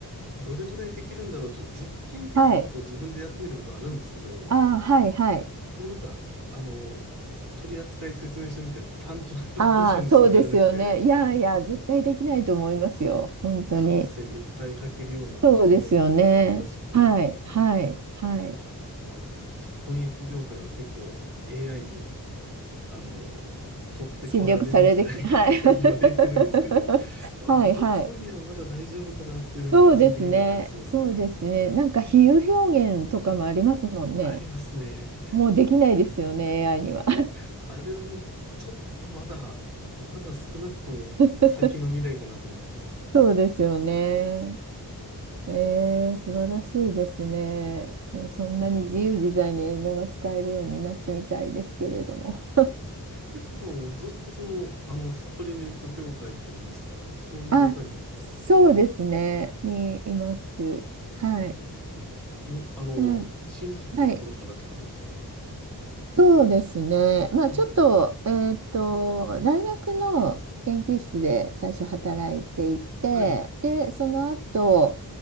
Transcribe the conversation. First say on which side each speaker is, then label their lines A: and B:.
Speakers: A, on the right; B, on the right.
A: どれぐらいできるんだろうという実験的なことを自分でやってみることはあるんですけど、
B: はい。あー、はい、はい。
A: もうなんか、あの、取扱説明書みたいな単調な文章にしかなれなくて、
B: ああ、そうですよね。いやいや、絶対できないと思いますよ。本当に。
A: 感性に訴えかけるような表現っていうのが難しくて、
B: そうですよね。はい、はい、はい。
A: あー、まあ、翻訳業界は結構 AI にあの、取って代わられるんじゃないかなと言われてるんですけど、
B: 侵略されてきた。はい。<laughs>
A: まあ、
B: はい、
A: 美術分野はまだ大丈夫かなというふうに個人的には感じてますね。
B: はい。そうですね。そうですね。なんか比喩表現とかもありますもんね。
A: ありますね。
B: もうできないですよね、AI には。
A: あれはちょっとまだ、まだ少なくとも先の未来かなと思います。
B: <laughs> そうですよね。えー、素晴らしいですね。えーそんなに自由自在に英語が使えるようになってみたいですけれども。
A: 悦子さんはもうずっとその、あの、サプリメント業界といいますか、そういう業界なんですか
B: あ、そうですね。にいます。はい。
A: えーもう、あの、
B: うん、
A: 新卒の頃からって感じですか
B: はい。そうですね。まあ、
A: えー
B: ちょっと、えっと、大学の研究室で最初働いていて、
A: はい、
B: で、その後、